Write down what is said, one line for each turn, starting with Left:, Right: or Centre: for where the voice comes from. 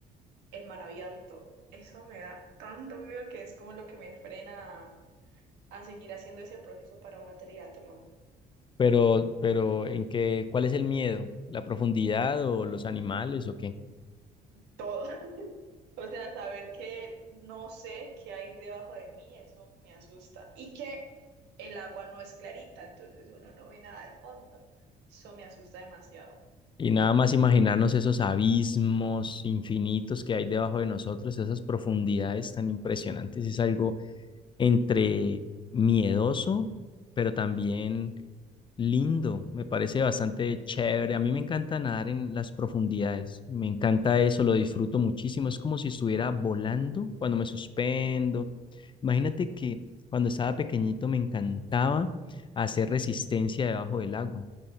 Right: en mar abierto. Eso me da tanto miedo que es como lo que me frena a seguir haciendo ese proceso para una triatlón.
Left: pero, pero ¿en qué, cuál es el miedo? ¿La profundidad o los animales o qué?
Right: Todo. <laughs> O sea, saber que no sé qué hay debajo de mí, eso me asusta. Y que el agua no es clarita, entonces uno no ve nada del fondo. Eso me asusta demasiado.
Left: Y nada más imaginarnos esos abismos infinitos que hay debajo de nosotros, esas profundidades tan impresionantes, es algo entre miedoso, pero también Lindo, me parece bastante chévere. A mí me encanta nadar en las profundidades. Me encanta eso, lo disfruto muchísimo. Es como si estuviera volando cuando me suspendo. Imagínate que cuando estaba pequeñito me encantaba hacer resistencia debajo del agua.